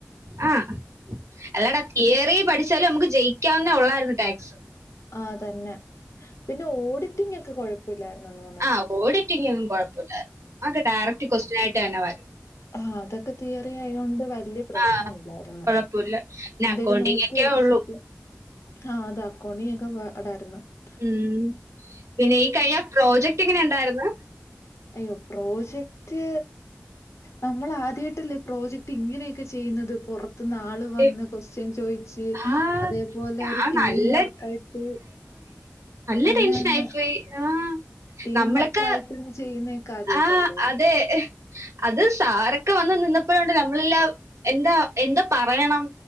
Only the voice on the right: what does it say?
ആ അല്ലാടാ തിയറി പഠിച്ചാലും നമുക്ക് ജയിക്കാവുന്ന ഉള്ളായിരുന്നു ടാക്സ്
ആഹ് ഓഡറ്റിംഗ് ഒന്നും കുഴപ്പമില്ലായിരുന്നു ആക്കെ ഡയറക്ട് ക്വസ്റ്റൻ ആയിട്ട് തന്നെ വരും
ആ
കുഴപ്പമില്ല പിന്നെ
അക്കൗണ്ടിങ്
ഒക്കെ
ഉള്ളു
ഉം പിന്നെ ഈ കഴിഞ്ഞ പ്രോജക്ട് എങ്ങനെ ഉണ്ടാരുന്നു?
ഈ
ആഹ്
ഞാൻ
നല്ല
നല്ലെ
ടെൻഷൻ അയി പോയി ആഹ്
നമ്മളൊക്കെ
ആഹ് അതെ, അത് സാറൊക്കെ വന്ന് നിന്നപ്പോഴൊണ്ടല്ലൊ നമ്മളില്ല എന്താ എന്തപ പറയണം,